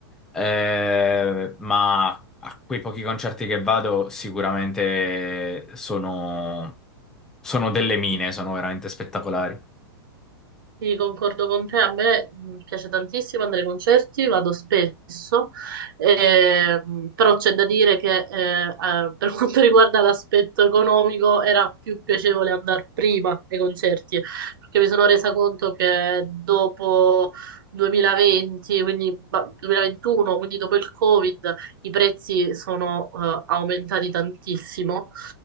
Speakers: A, in the centre; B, on the right (about 55°).
A: Eh, ma a quei pochi concerti che vado sicuramente sono, sono delle mine, sono veramente spettacolari.
B: Sì, concordo con te, a me mh, piace tantissimo andare ai concerti, vado spesso, ehm, però c'è da dire che eh, eh, per <laughs> quanto riguarda l'aspetto economico era più piacevole andare prima ai concerti, perché mi sono resa conto che dopo 2020, quindi ba- 2021, quindi dopo il Covid, i prezzi sono eh, aumentati tantissimo